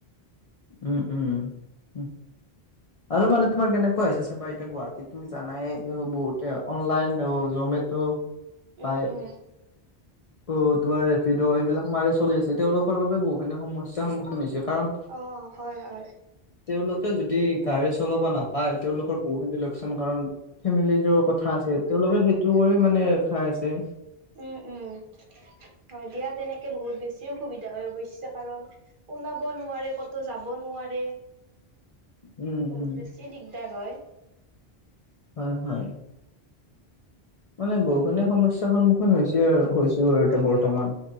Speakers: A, on the left; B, on the right.
A: উম উম উ আৰু মানে তোমাৰ কেনেকুৱা হৈছে চাবা এতিয়া গুৱাহাটীত তুমি জানাই বহুতে অনলাইন অ জমেটো
B: উম
A: পাই।
B: উম
A: অ তোমাৰ ৰেপিড' এইবিলাক মাৰি চলি আছে, তেওঁলোকৰ বাবে বহুখিনি সমস্যাৰ সন্মুখীন হৈছে কাৰণ।
B: অঁ হয় হয়।
A: তেওঁলোকে যদি গাড়ী চলাব নাপায় তেওঁলোকৰ বহুখিনি লোক চান কাৰণ ফেমিলিৰোঁ কথা আছে, তেওঁলোকে সেইটো কৰি মানে খাই আছে।
B: উম উম, হয় দিয়া তেনেকে বহুত বেছি অসুবিধা হয় অৱশ্যে কাৰণ ওলাব নোৱাৰে ক'তো যাব নোৱাৰে।
A: উম,
B: বহুত
A: উম,
B: বেছি দিগদাৰ হয়।
A: হয় হয়। মানে বহুখিনি সমস্যাৰ সন্মুখীন হৈছে আৰু হৈছো আৰু
B: উম
A: এতিয়া বৰ্তমান।
B: উম